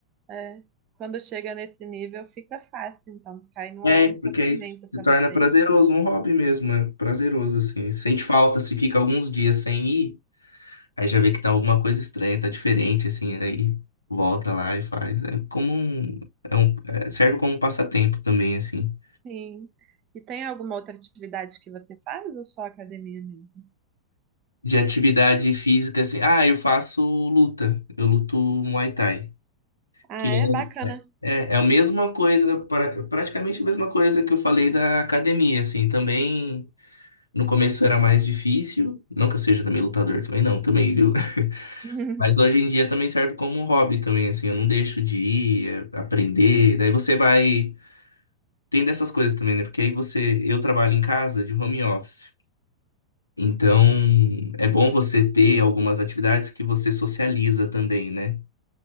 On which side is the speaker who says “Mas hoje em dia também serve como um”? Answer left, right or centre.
Left